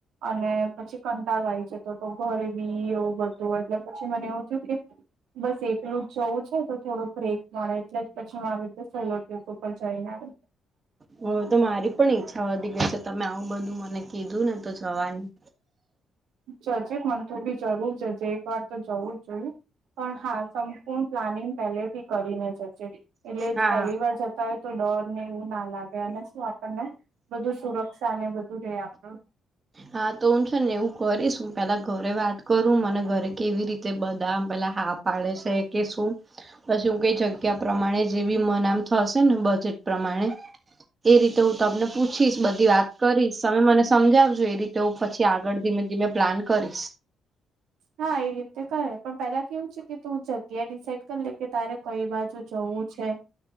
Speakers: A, on the right; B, on the right.
A: અને પછી કંટાળવાય જતો તો ઘરે બી એવું બધું એટલે પછી મને એવું થયું કે બસ એકલું જવું છે તો થોડું બ્રેક મળે એટલે જ પછી હું આવી રીતે સોલો ટ્રીપ ઉપર જઈને આવી.
B: હવે તો મારી પણ ઈચ્છા વધી ગઈ છે તમે આવું બધું મને કીધું ને તો જવાની
A: જજે મન તો બી જરૂર જજે એક વાર તો જવું જ જોઈયએ પણ હા હું પ્લાનિંગ પેલેથી કરીને જચે એટલે
B: હા
A: જ પેલી વાર જ તા હોય તો ડર ને એવું ના લાગે અને શું આપણને બધું સુરક્ષા ને બધું રેય આપણું
B: હા તો હું સે ને એવું કરીશ હું પેલા ઘરે વાત કરું મને ઘરે કેવી રીત તે બદામ પેલા હા પાડે સે કે શું? પછી હું કઈ જગ્યા પ્રમાણે જે બી મને આમ થશે ને બજેટ પ્રમાણે એ રીતે હું તમને પૂછીશ બધી વાત કરીશ સમે મને સમજાવજો એ રીતે હું પછી આગળ ધીમે ધીમે પ્લાન કરી
A: હા એ રીતે કરાય પણ પેલા કેવું છે કે તું જગ્યા ડિસાઇડ કરી લે. કે તારે કઈ બાજુ જવું છે?